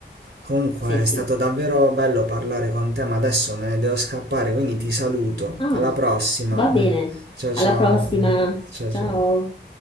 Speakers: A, on the right; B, on the left.
A: Comunque
B: sì, sì.
A: è stato davvero bello parlare con te, ma adesso me ne devo scappare, quindi ti saluto.
B: Ah,
A: Alla prossima.
B: va bene.
A: Ciao
B: Alla
A: ciao.
B: prossima.
A: <laughs> Ciao
B: Ciao.
A: ciao.